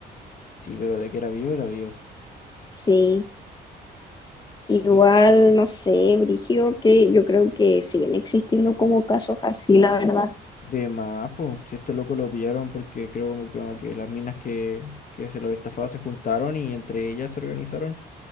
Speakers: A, on the left; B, on the left.
A: Sí, pero de que era vivo, era vivo.
B: Sí, igual,
A: Y
B: no sé, Brigio, que yo creo que siguen existiendo como casos así, la verdad.
A: de más, po, si este loco lo pillaron porque creo como que, como que las minas que, que se lo estafaban se juntaron y entre ellas se organizaron.